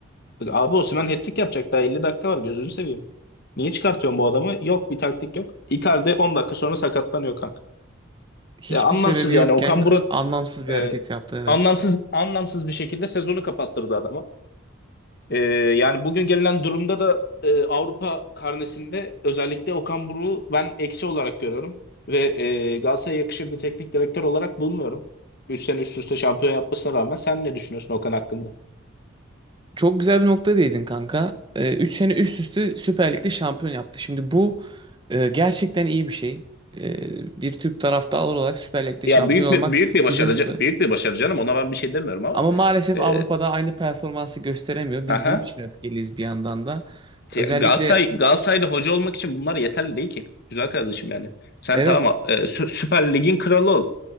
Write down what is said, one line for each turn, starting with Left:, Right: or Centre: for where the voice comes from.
Left: Abi Osimhen hat-trick yapacak daha 50 dakika var gözünü seveyim. Niye çıkartıyorsun bu adamı? Yok bir taktik yok. Icardi 10 dakika sonra sakatlanıyor kanka.
Right: Hiçbir
Left: Ya anlamsız
Right: sebebi yokken
Left: yani Okan Buruk
Right: anlamsız bir
Left: e,
Right: hareket yaptı evet.
Left: anlamsız anlamsız bir şekilde sezonu kapattırdı adama. Ee, yani bugün gelinen durumda da e, Avrupa karnesinde özellikle Okan Buruk'u ben eksi olarak görüyorum. Ve e, Galatasaray'a yakışır bir teknik direktör olarak bulmuyorum. 3 sene üst üste şampiyon yapmasına rağmen sen ne düşünüyorsun Okan hakkında?
Right: Çok güzel bir nokta değindin kanka. Ee, 3 sene üst üste Süper Lig'de şampiyon yaptı. Şimdi bu e, gerçekten iyi bir şey. E, bir Türk taraftarı olarak Süper Lig'de
Left: Ya
Right: şampiyon
Left: büyük
Right: olmak
Left: bir büyük bir başarı
Right: bizi mutlu.
Left: ca-
Right: eder.
Left: büyük bir başarı canım ona ben bir şey demiyorum ama
Right: Ama maalesef
Left: e,
Right: Avrupa'da aynı performansı gösteremiyor. Biz
Left: aha
Right: bunun için öfkeliyiz bir yandan da.
Left: Ya
Right: Özellikle
Left: Galatasaray Galatasaray'da hoca olmak için bunlar yeterli değil ki güzel kardeşim yani. Sen
Right: evet
Left: tamam e, Sü- Süper Lig'in kralı ol.